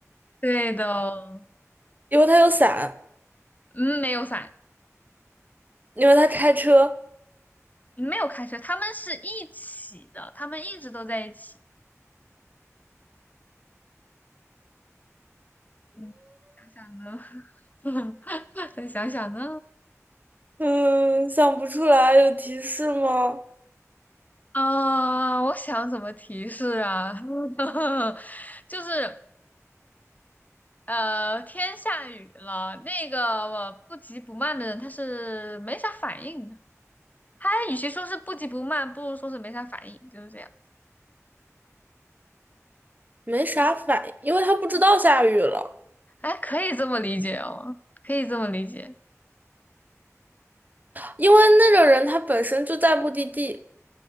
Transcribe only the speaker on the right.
因为他有伞，
因为他开车。
嗯，想不出来，有提示吗？
没啥反应，因为他不知道下雨了。
因为那个人他本身就在目的地，